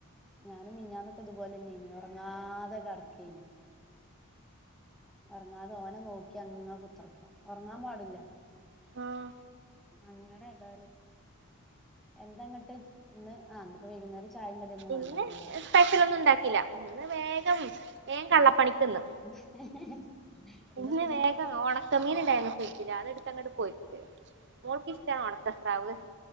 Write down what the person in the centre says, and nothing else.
ഞാനും മിഞ്ഞാന്നൊക്കെ ഇതുപോലെന്നെയ്നു ഒറങ്ങാതെ കടക്കയ്ന്നു ഒറങ്ങാതെ ഓനെ നോക്കി അങ്ങനെ കുത്തിർക്ക ഒറങ്ങാൻ പാടില്ല
അങ്ങനെ ഏതായാലും എന്ത ഇന്നിട്ട് ഇന്ന് ഇന്നിപ്പോ വൈകുന്നേരം ചായേം കടിയൊന്നും
വേണ്ടല്ലോ ല്ലേ
ഉം
<unintelligible> ഇന്നിപ്പഞ്ഞി